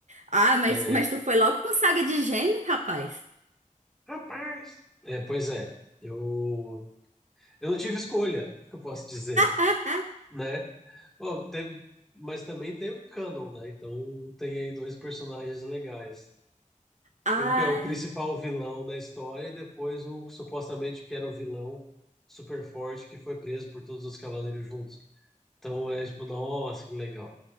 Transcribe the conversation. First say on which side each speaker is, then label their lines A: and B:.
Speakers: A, on the right (about 60°); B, in the centre.
A: Ah, mas,
B: É,
A: mas tu foi logo com saga de gêmeos, rapaz.
B: Rapaz! é, pois é. Eu, eu não tive escolha, o que eu posso dizer,
A: <laughs>
B: né? Bom, teve, mas também tem o canon, né? Então tem aí dois personagens legais.
A: Ah,
B: Que um que é o principal
A: Ai,
B: vilão da história e depois o que supostamente que era o vilão super forte que foi preso por todos os cavaleiros juntos. Então é tipo, nossa, que legal.